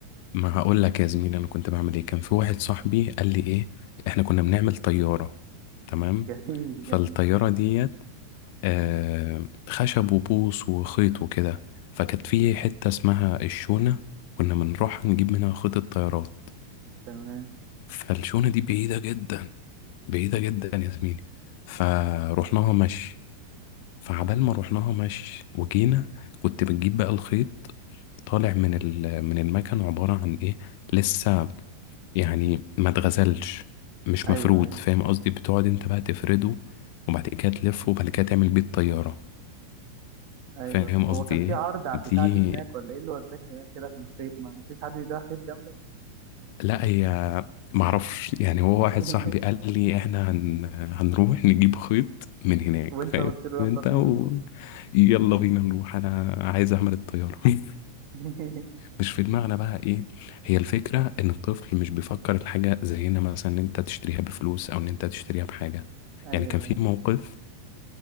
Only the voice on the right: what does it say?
جميل
جميل
تمام
ايوه
ايوه
ايبه
ايوه
هو كان
في عرض على
البتاع دي هناك ولا ايه اللي وداك هناك كده عشان خيط ما مفيش حد بيبيع خيط جنبك
<laughs>
وانت
قلت له يلا
بينا نروح
<laughs>
ايوه
ايوه